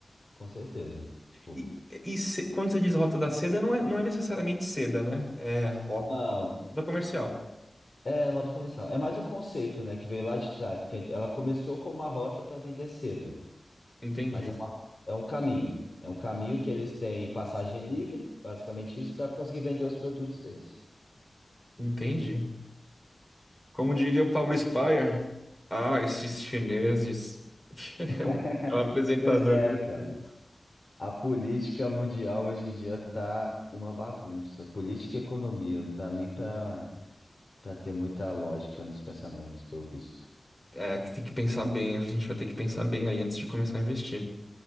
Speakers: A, on the left; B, on the left.
A: Com certeza. Tipo,
B: E, e se- quando você diz Rota da Seda, não é, não é necessariamente seda, né? É rota
A: não.
B: comercial.
A: É, rota comercial. É mais o conceito, né, que veio lá de trás, porque ela começou como uma rota para vender seda,
B: Entendi.
A: mas é, uma- é um caminho. É um caminho que eles têm passagem livre, basicamente isso, para conseguir vender os produtos deles.
B: Entendi. Como diria o Pablo Spyer, ah, esses chineses. <laughs>
A: <laughs>
B: É o é o apresentador
A: Pois é, cara.
B: do...
A: A política mundial hoje em dia tá uma bagunça. Política e economia, não dá nem para para ter muita lógica nos pensamentos, pelo visto.
B: É, que tem que pensar bem, a gente vai ter que pensar bem aí antes de começar a investir.